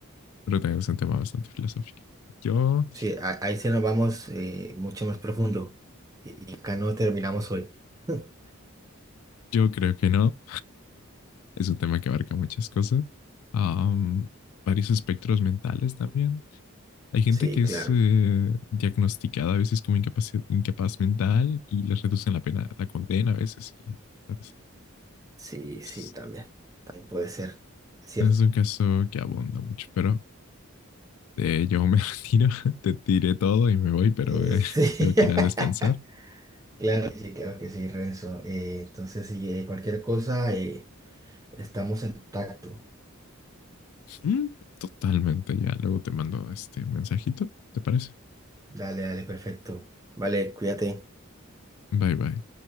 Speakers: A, on the left; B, on the right.
A: Pero también es un tema bastante filosófico. Yo,
B: Sí, a- ahí sí nos vamos eh, mucho más profundo. Y acá no terminamos hoy. <laughs>
A: yo creo que no. Es un tema que abarca muchas cosas. Am, varios espectros mentales también. Hay gente
B: Sí,
A: que
B: claro.
A: es eh, diagnosticada a veces como incapaz, incapaz mental y les reducen la pena, la condena a veces. y, ¿sabes?
B: Sí, sí,
A: Es,
B: también. También puede ser. Es cierto.
A: es un caso que abunda mucho, pero eh, yo me <laughs> retiro, te tiré todo y me voy, pero
B: Eh,
A: eh,
B: Sí.
A: tengo que
B: <laughs>
A: ir a descansar.
B: Claro que sí, claro que sí, Renzo. Eh, entonces, si cualquier cosa, eh, estamos en contacto.
A: Mm, Totalmente, ya luego te mando este mensajito, ¿te parece?
B: Dale, dale, perfecto. Vale, cuídate.
A: Bye bye.